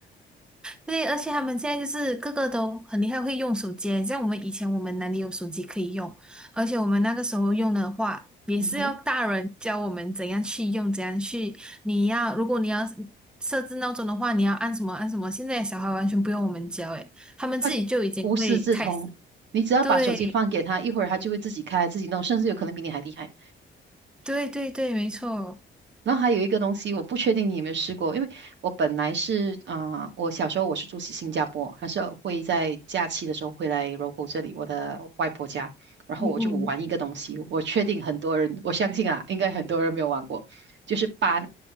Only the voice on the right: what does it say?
<laughs> 嗯哼，
他无师自通。你只要把手机放给他，
一会儿他就会自己开自己弄，甚至有可能比你还厉害。
然后还有一个东西，我不确定你有没有试过，因为我本来是啊、呃我小时候我是住新加坡，还是会在假期的时候会来柔 o 这里，我的外婆家，然后我就玩一个东西，
我确定很多人，我相信啊，应该很多人没有玩过，就是拔，